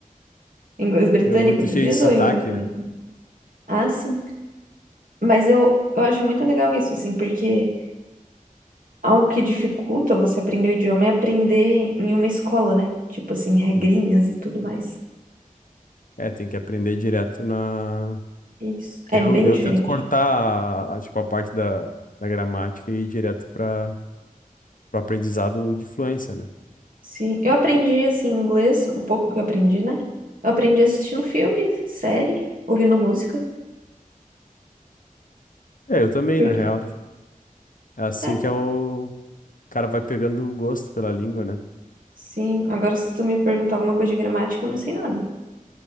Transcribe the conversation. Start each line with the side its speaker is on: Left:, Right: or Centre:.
Right: Inglês britânico,
Left: que é muito
Right: tu
Left: cheio
Right: diz?
Left: de sotaque,
Right: Ou inglês americano?
Left: né?
Right: Ah, sim. Mas eu, eu acho muito legal isso, assim, porque. Algo que dificulta você aprender o idioma é aprender em uma escola, né? Tipo assim, regrinhas
Left: Uhum.
Right: e tudo mais.
Left: É, tem que aprender direto na,
Right: Isso.
Left: Eu,
Right: É bem
Left: eu
Right: diferente.
Left: tento cortar, a- tipo, a parte da, da gramática e ir direto para o aprendizado de fluência, né?
Right: Sim. Eu aprendi, assim, inglês, o pouco que eu aprendi, né? Eu aprendi assistindo filme, série, ouvindo música.
Left: É, eu também,
Right: Porque.
Left: na real. tipo, É assim
Right: É,
Left: que é o o cara vai pegando o gosto pela língua, né?
Right: sim. Agora, se tu me perguntar alguma coisa de gramática, eu não sei nada.